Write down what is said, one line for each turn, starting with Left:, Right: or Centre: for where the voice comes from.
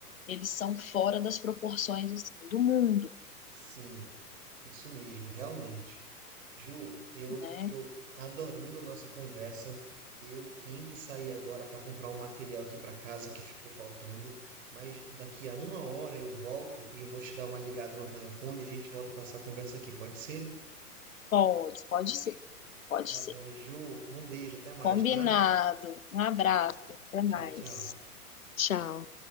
Left: eles são fora das proporções assim, do mundo,
Right: Sim, isso mesmo, realmente. Ju, eu
Left: né?
Right: tô adorando a nossa conversa. Eu tenho que sair agora para comprar um material aqui para casa que ficou faltando, mas daqui a uma hora eu volto e eu vou te dar uma ligada no telefone e a gente volta para essa conversa aqui, pode ser?
Left: Pode, pode ser, pode
Right: Tá
Left: ser.
Right: bom, Ju. Um beijo, até mais,
Left: Combinado.
Right: tá?
Left: Um abraço, até
Right: Tchau,
Left: mais.
Right: tchau.
Left: Tchau.